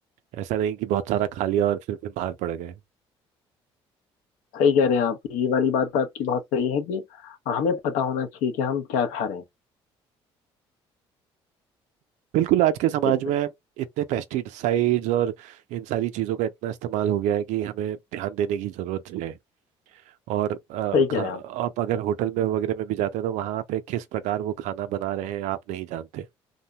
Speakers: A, on the right; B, on the left.
A: ऐसा नहीं कि बहुत सारा खा लिया और फिर बीमार पड़ गए
B: सही कह रहे हैं आप ये वाली बात तो आपकी बहुत सही है कि हमें पता होना चाहिए कि हम क्या खा रहे
A: बिल्कुल आज के समाज
B: हैं
A: में इतने पेस्टिसाइड्स और इन सारी चीज़ों का इतना इस्तेमाल हो गया है कि हमें ध्यान देने की जरूरत है और अ,
B: सही कह
A: खा,
B: रहे
A: आप
B: हैं आप
A: अगर होटल में वगैरह में भी जाते हैं तो वहाँ पे किस प्रकार वो खाना बना रहे हैं आप नहीं जानते